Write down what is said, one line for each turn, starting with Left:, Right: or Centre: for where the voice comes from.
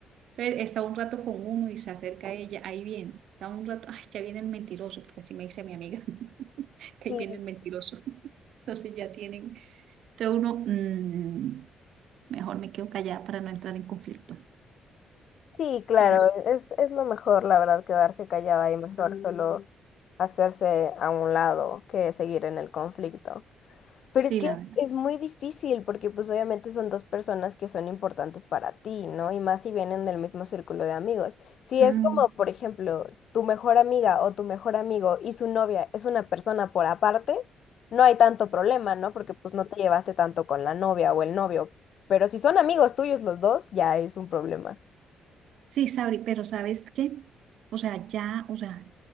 Right: Entonces está un rato con uno y se acerca a ella, ahí viene. Está un rato, ay, ya viene el mentiroso, porque así me dice mi amiga, <laughs>
Left: Sí,
Right: que ahí viene el mentiroso. <laughs> Entonces ya tienen, entonces uno, mm, mejor me quedo callada para no entrar en conflicto.
Left: Sí, claro,
Right: Pero
Left: es, es lo mejor, la verdad, quedarse callada y mejor solo hacerse a un lado que seguir en el conflicto. Pero es
Right: sí,
Left: que
Right: la
Left: es,
Right: verdad.
Left: es muy difícil porque pues obviamente son dos personas que son importantes para ti, ¿no? Y más si vienen del mismo círculo de amigos. Si
Right: Mm,
Left: es como, por ejemplo, tu mejor amiga o tu mejor amigo y su novia es una persona por aparte, no hay tanto problema, ¿no? Porque pues no te llevaste tanto con la novia o el novio. Pero si son amigos tuyos los dos, ya es un problema.
Right: Sí, Sabri, pero ¿sabes qué? O sea, ya, o sea,